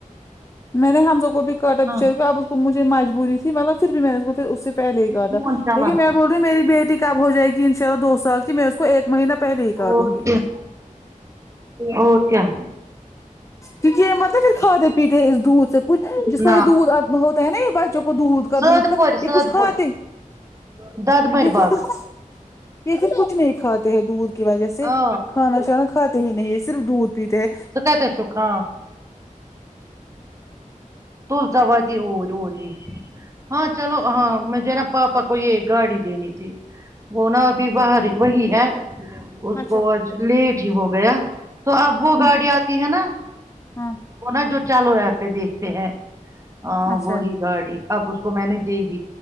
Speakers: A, on the left; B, on the right.
A: میں نے ہمزہ کو بھی کاٹا بچارے
B: ہاں
A: کو اب اس کو مجھے مجبوری تھی مطلب پھر بھی میں نے اس کو پھر اس سے پہلے ہی کاٹا
B: فون چلان
A: لیکن میں بول رہی ہوں میری بیٹی کب ہو جائے گی ان شاء اللہ دو سال کی میں اس کو ایک مہینہ پہلے ہی کاٹوں
B: اور
A: گی
B: کیا اور کیا
A: چونکہ مطلب پھر کھا کے پیتتے اس دودھ سے کچھ جس کو
B: نہ
A: یے دودھ اتا بہت ہے نا یہ بچوں کو دودھ کا
B: سد
A: دودھ کا
B: پورِ
A: یہ
B: سد
A: کچھ کھاتے
B: پورِ دۄدمٔرۍ
A: یہ
B: باغ
A: پھر کچھ یہ پھر کچھ نہیں کھاتے ہیں دودھ کی وجہ سے
B: آ
A: کھانا شھانا کھاتے ہی نہیں صرف دودھ پیتے ہے
B: سوکھا کے سوکا توول ساواتی اور اور رہ ہی ہاں چلو ہاں مجھے نا پاپا کو یہ گاڑی دینی تھی وہ نا ابھی بر وہی ہے اس
A: اچھا
B: کو آج لیٹ ہی ہو گیا تو اب وہ
A: ہ
B: گاڑی آتی ہے نا
A: ہاں
B: وہ نا جو چالو ہے یہپ پہ دیکھتے ہیں ہاں
A: اچھا
B: وہی گاڑی اب اس کو میں نے دے دی